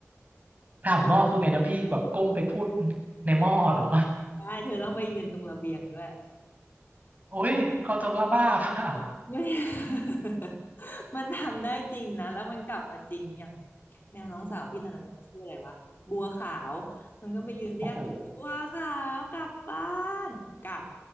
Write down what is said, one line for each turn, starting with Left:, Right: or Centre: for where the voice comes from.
Right: ผ่านหม้อคือไงนะพี่แบบก้มไปพูดในหม้อเหรอ
Left: ได้เธอต้องไปยืนตรงระเบียงด้วย
Right: โอ้ยเขาจะว่าบ้าเปล่า
Left: <laughs> ไม่ <laughs> มันทำได้จริงนะแล้วมันกลับมาจริงอย่างแมวน้องสาวพี่ตอนนั้นมันชื่ออะไรวะบัวขาวมันก็ไปยืนเรียกบัวขาวกลับบ้า
Right: โอ้โห
Left: นกลับ